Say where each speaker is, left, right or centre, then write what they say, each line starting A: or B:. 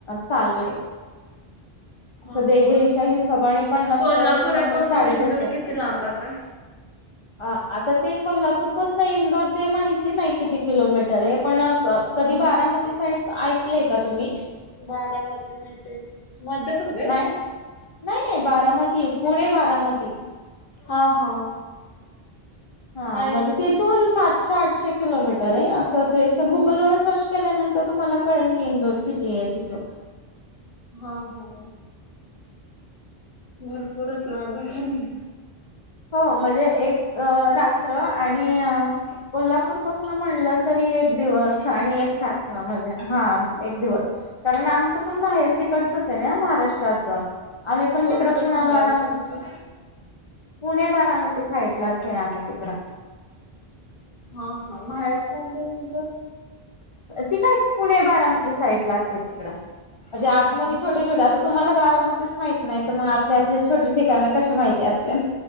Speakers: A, on the left (about 40°); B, on the left (about 60°).
A: चालू आहे,
B: <unintelligible>
A: असं
B: ह
A: देघईच्या
B: ह,
A: हिशोबाने पन्नास
B: कोल्हापुरा
A: रुपयापासून पण
B: पासून
A: साडी
B: इंदूर
A: भेटते
B: किती लांब आहे.
A: अ आता ते कोल्हापूरपस नाही इंदोर ते माहिती नाही किती किलोमीटर. रे पण कधी बारामती सा ऐकलंय का तुम्ही,
B: बारामध्ये मिळते मध्य प्रदेश,
A: नाही नाही नाही बारामती, पुणे बारामती,
B: हा हा,
A: हा
B: ऐकलंय
A: म्हणजे तिथून सात. े आठशे किलोमीटर आहे. असं ते गुगल वर सर्च केल्यानंतर तुम्हाला कळेन क इंदोर कि, ते तिथ,
B: हा होा? भरपूरच लाबख नाही.
A: हो म्हणजे एक रात्र आणि, कोल्हापूरपसून म्हणलं तरी एक दिवस आणि एक रात्र म्हणजे हा एक दिवस, कारण, आमचं पण माहेर तिकडचच आहे ना महाराष्ट्राचं. आम्ही पण
B: कोणतं
A: तिकड पुणा
B: माहेर
A: बारामती
B: तुमचं?
A: पुणे, बारामती साईड लाच आहे आम्ही तिकड.
B: हा हा माहेर कोणतं तुमचं.
A: ती काय पुणे, बारामती साईड लाच आहे तिकडं म्हणजे
B: हा
A: आतमध्ये
B: हा
A: छोटे छोटे आता, तुम्हाला बारामतीच माहित नाही. तर मग आतले आतले छोटे ठिकाण कसे माहिती असतील?